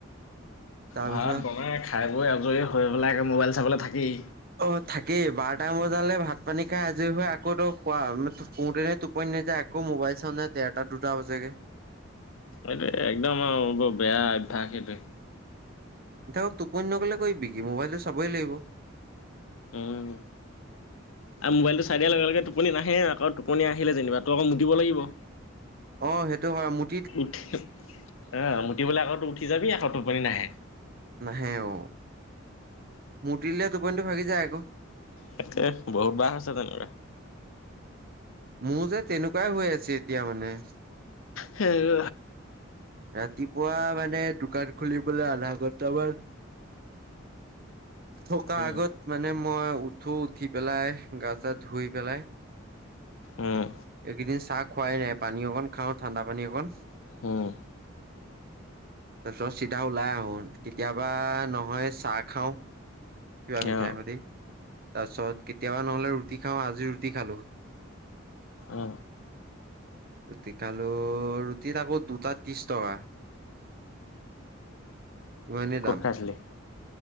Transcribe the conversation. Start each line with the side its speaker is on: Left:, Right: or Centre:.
Right: তাৰপিছত
Left: ভাত বনাই খাই বৈ আজৰি হৈ পেলাই আকৌ মোবাইল চাবলৈ থাকেই।
Right: অ' থাকেই বাৰটাাম বজালে ভাত পানী খাই, আজৰি হৈ আকৌ তই খোৱা সোৱাতে টোপনি নাযায় আকৌ মোবাইল চাওটে দেৰটা দুটা বাজেগে।
Left: এইটোৱে একদম আৰু বৰ বেয়া অভ্যাস সেইটোৱে।
Right: এতিয়া আকৌ টোপনি নগ'লে কৰিবি কি মোবাইলটো চাবই লাগিব।
Left: উম। আৰু মোবাইলটো চাই দিয়াৰ লগে লগে টোপনি নাহে আকৌ টোপনি আহিলে যেনিবা তো আকৌ মুটিব লাগিব।
Right: অ' সেইটো হয় মোৰ
Left: উঠি আহ, মুতিবলৈ আকৌ উঠি যাবি আকৌ টোপনি নাহে।
Right: নাহে অ', মুতি দিলে টোপনিটো ভাগি যায় আকৌ।
Left: তাকে বহুত বাহ আছে তেনেকুৱা।
Right: মোৰ যে তেনেকুৱাই হৈ আছে এতিয়া মানে।
Left: সেই <unintelligible>
Right: ৰাতিপুৱা মানে দোকান খুলিবলে আধা ঘন্টামান থকা
Left: উম,
Right: আগত মানে মই উঠো উঠি পেলাই গা চা ধুই পেলাই
Left: উম,
Right: এইকেইদিন চাহ খোৱাই নাই পানী অকণ খাওঁ ঠাণ্ডা পানী অকণ
Left: উম,
Right: তাৰ পিছত চিধা ওলাই আহো কেতিয়াবা নহয় চাহ খাওঁ কিবা মিঠাই
Left: অ',
Right: সৈতি, তাৰ পিছত কেতিয়াবা নহ'লে ৰুটি খাওঁ আজি ৰুটি খালো।
Left: অ',
Right: ৰুটি খালো ৰুটিত আকৌ দুটাত ত্ৰিছ টকা। ইমানেই
Left: ক'ত
Right: দাম।
Left: খাইছিলি?